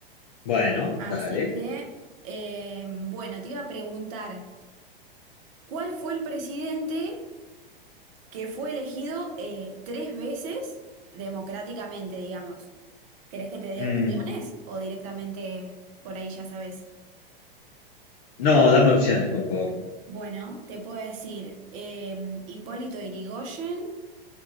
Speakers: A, on the left (about 40°); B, on the right (about 35°).
A: Bueno,
B: Así
A: dale.
B: que, em, bueno, te iba a preguntar, ¿cuál fue el presidente que fue elegido eh, tres veces democráticamente, digamos? ¿Querés que te dé
A: Mm,
B: opciones o directamente por ahí ya sabes?
A: No, dame opciones, por favor.
B: Bueno, te puedo decir em, Hipólito Yrigoyen,